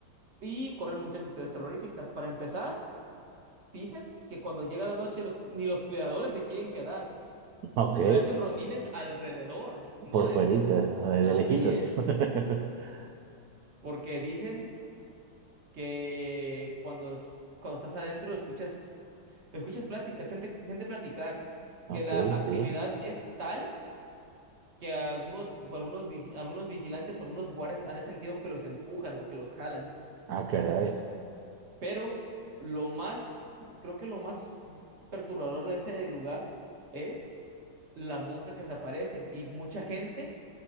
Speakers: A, on the right; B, on the right.
A: y correr muchas historias terroríficas. Para empezar, dicen que cuando llega la noche los- ni los cuidadores se quieren quedar,
B: Ok.
A: le hacen rondines alrededor,
B: <laughs>
A: no
B: Por
A: dentro.
B: fuerita, de
A: Así
B: lejitos.
A: es,
B: <laughs>
A: porque dicen que cuando, es- cuando estás adentro escuchas, escuchas pláticas, gente, gente platicar, que
B: Ok,
A: la actividad
B: sí.
A: es tal que algunos, algunos, vi- algunos vigilantes, algunos guardias han sentido que los empujan o que los jalan.
B: Ah, caray.
A: Pero lo más, creo que lo más perturbador de ese lugar es la monja que se aparece y mucha gente